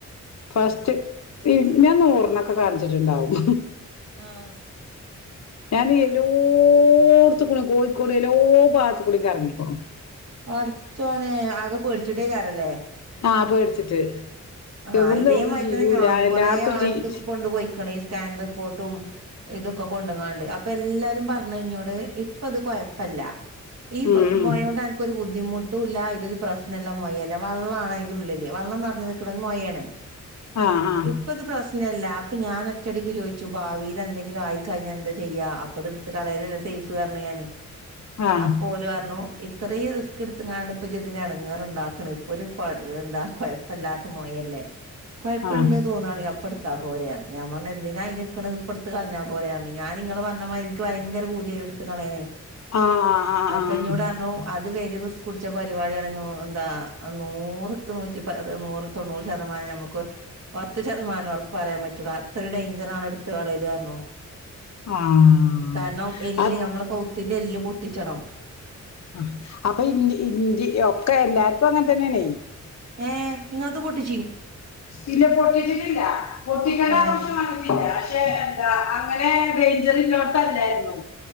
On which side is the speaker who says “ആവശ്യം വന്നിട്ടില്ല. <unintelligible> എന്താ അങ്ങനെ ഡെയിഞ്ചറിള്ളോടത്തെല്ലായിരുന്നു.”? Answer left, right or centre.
Left